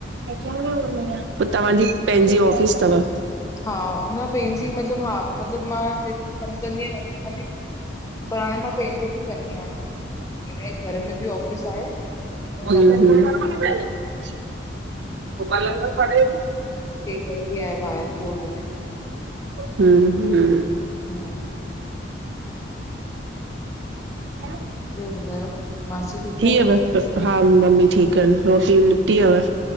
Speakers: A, on the right; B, on the left.
A: पो तव्हांजी पंहिंजी ऑफिस तव?
B: हा, न पंहिंजी मतलब हा, मतलब मां कम कंदी आयां पर हाणे मां पैंजो बी कंदी आहियां। घर में बी ऑफिस आहे।
A: हूं
B: ऐं
A: हूं, <unintelligible>
B: <unintelligible> आहे ॿाहर कोट में।
A: हूं हूं
B: हा
A: <inaudible>
B: ॿियो ॿुधायो? मासी ठीकु
A: थी
B: आहिनि
A: विमल, हा मम्मी ठीक अन, रोटी निपटी विमल।